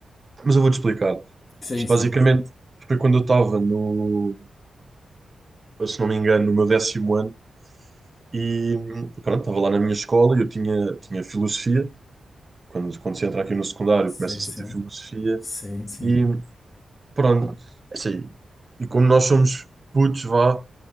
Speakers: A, on the right (about 40°); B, on the left (about 40°).
A: mas eu vou-te explicar.
B: Sim,
A: Isto
B: sim.
A: basicamente foi quando eu estava no, se não me engano, no meu décimo ano. E pronto, estava lá na minha escola e eu tinha, tinha filosofia. Quando, quando se entra aqui no secundário,
B: Sim,
A: começa-se
B: sim.
A: a ter filosofia.
B: Sim, sim.
A: E pronto, é assim. E como nós somos putos, vá,